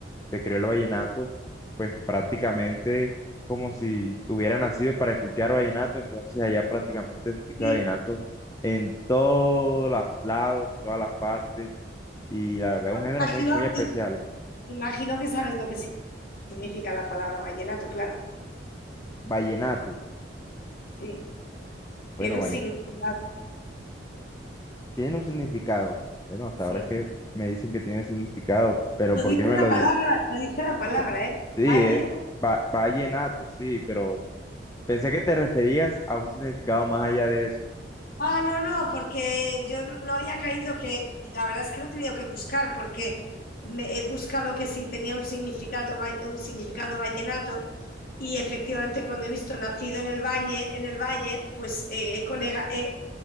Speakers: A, on the left; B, on the left.
A: se creó el vallenato, pues prácticamente es como si hubiera nacido para escuchar vallenato, entonces allá prácticamente se escucha
B: Sí,
A: vallenato en todos los lados, todas las partes, y la verdad
B: bueno,
A: es un género
B: imagino,
A: muy, muy especial.
B: imagino que sabes lo que significa la palabra vallenato, claro.
A: Vallenato,
B: Sí,
A: bueno,
B: tiene un
A: valle-
B: significado,
A: tiene un significado, bueno, hasta
B: sí.
A: ahora es que me dicen que tiene significado, pero
B: Lo
A: ¿por
B: dice
A: qué me
B: la
A: lo
B: palabra,
A: dicen?
B: lo dice la palabra,
A: O sea,
B: ¿eh?
A: sí,
B: Valle.
A: es va- vallenato, sí, pero pensé que te referías a un significado más allá de eso.
B: Ah, no, no, porque yo no había caído que, la verdad es que lo he tenido que buscar porque me- he buscado que si tenía un significado, va- un significado vallenato y efectivamente cuando he visto nacido en el valle, en el valle, pues eh, he, colega, he-